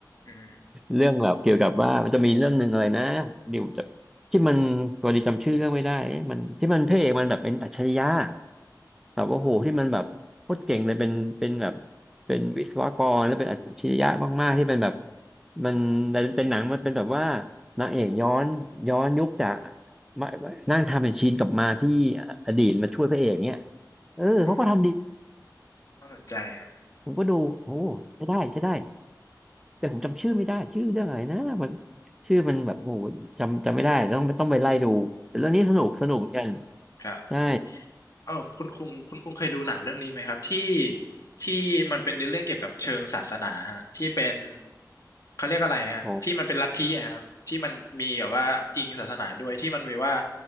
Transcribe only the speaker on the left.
อืม
อืมน่าสนใจฮะ
ครับไม่เป็นไร
เออคุณคุงคุณคุงเคยดูหนังเรื่องนี้ไหมครับที่ที่มันเป็นในเรื่องเกี่ยวกับเชิงศาสนาฮะที่เป็นเขาเรียกอะไรฮะที่มันเป็นลัทธิอะครับที่มันมีแบบว่าอิงศาสนาด้วยที่มันมีว่า